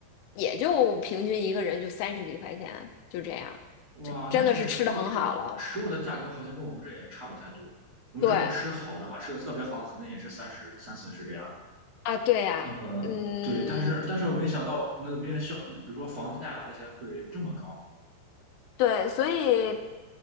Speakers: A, on the left; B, on the right.
A: 也就平均一个人就三十几块钱，就这样，
B: 哇，
A: 就真的是吃的很好了。
B: 那确实，这个这个食物的价格好像跟我们这也差不太多。我们这儿吃好的话，
A: 对。
B: 吃的特别好，可能也是三十、三四十这样。
A: 啊，对呀，
B: 呃，
A: 嗯，
B: 对，但是但是我没想到那边消，比如说房价啊这些会这么高。
A: 对，所以